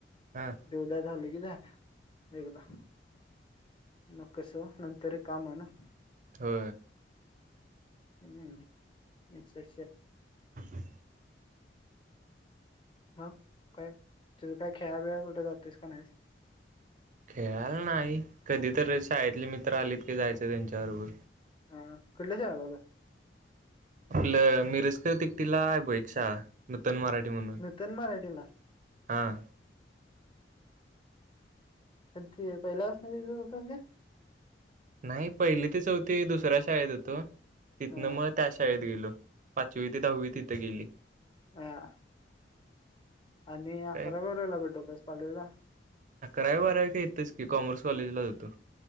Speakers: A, on the right (about 45°); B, on the left (about 30°).
A: हां.
B: दे उद्या झाले की झालं एकदा मग कस नंतर कामा ना.
A: हो.
B: हम्म् स स
A: ह.
B: ह काय तुझं काय खेळाबेळा कुठे जातोयस का नाहीस.
A: खेळाल नाही कधी तर शाळेतले मित्र आलेत की जायचं त्यांच्याबरोबर
B: हा कुठल्या शाळेत आला होता
A: आपलं मिरजकर तिकटीला आहे बोईट नूतन मराठी म्हणून.
B: नूतन मराठी ला.
A: हां
B: कधदी पहिल्या वाास होत का?
A: नाही पहिली ते चौथी दुसऱ्या शाळेत होतो तिथनं
B: ह
A: मग त्या शाळेत गेलो. पाचवी ते दहावी तिथे गेली.
B: हां आणि अकरा
A: काय
B: वरायला भेटोस कॉलेजला.
A: अकरावी बारावी का येतंच की कॉमर्स कॉलेजला होातो.